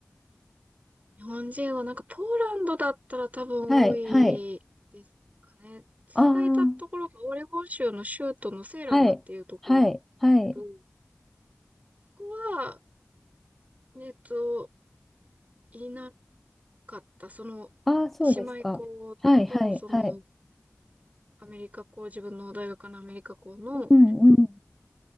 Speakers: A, on the right (about 30°); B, in the centre.
A: 日本人はなんかポーランドだったら多分多いですかね。
B: はい、はい。
A: 私がいたところがオレゴン州の州都のセーラムっていうところなんですけど、
B: ああ、はい、はい、はい。
A: ここは、えっと、いなかった。その、
B: ああ、そうですか。
A: 姉妹校と、
B: はい、はい、
A: その、
B: はい。
A: アメリカ校、自分の大学のアメリカ校の
B: うん、うん。